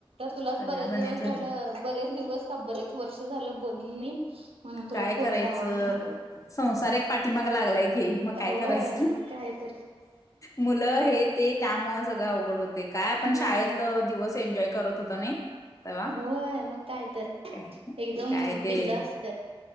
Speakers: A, on the right; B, on the left.
A: तुलाच
B: सगळ्या
A: बरेच
B: जण्याच
A: दिवस झालं बरेच दिवस का बरेच वर्ष झालं बोलून नाही. म्हणून तुला
B: काय
A: फोन
B: करायचं
A: लावा म्हटलं.
B: संसार एक पाठीमाग लागलाय मग काय
A: होय
B: करायचं
A: मग काय तर
B: मुलं हे ते त्यामुळे सगळं अवघड होते काय आपण
A: होय
B: शाळेतलं दिवस एन्जॉय करत त नाही तेव्हा
A: होय मग काय तर
B: काय
A: एकदम
B: काय
A: हम्
B: ते
A: बिंद असत